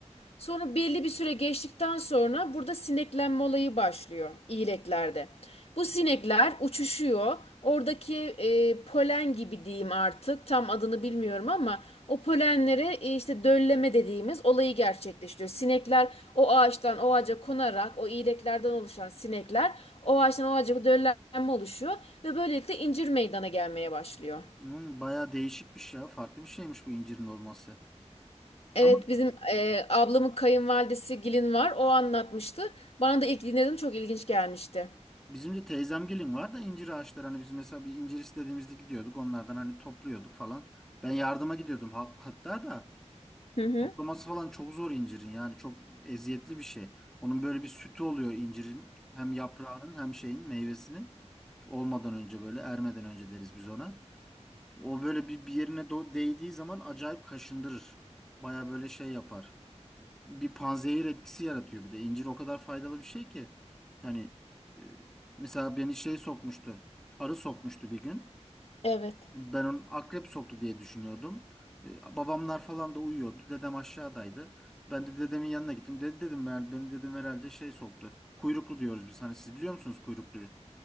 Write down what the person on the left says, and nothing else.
Sonra belli bir süre geçtikten sonra burada sineklenme olayı başlıyor iyileklerde. Bu sinekler uçuşuyor. Oradaki e, polen gibi diyeyim artık tam adını bilmiyorum ama o polenlere e, işte dölleme dediğimiz olayı gerçekleştiriyor. Sinekler o ağaçtan o ağaca konarak o iyileklerden oluşan sinekler o ağaçtan o ağaca döllenme oluşuyor ve böylelikle incir meydana gelmeye başlıyor.
Evet
bizim e, ablamın kayınvalidesi Gilin var. O anlatmıştı. Bana da ilk dinlediğim çok ilginç gelmişti.
Hı hı.
Evet.